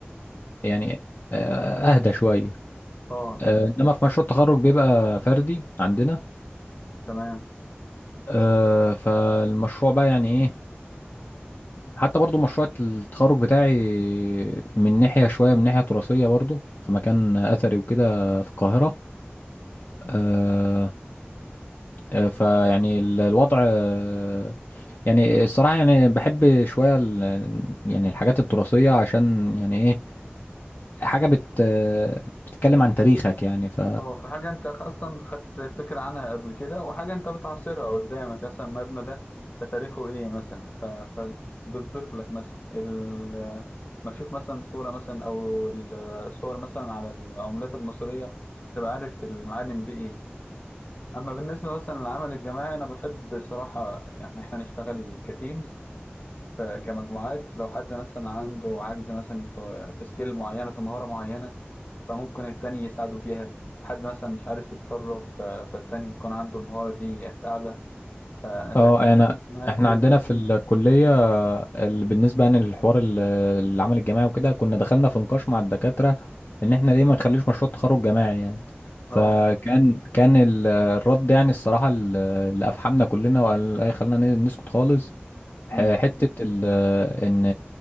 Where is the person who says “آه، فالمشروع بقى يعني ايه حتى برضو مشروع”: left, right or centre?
Left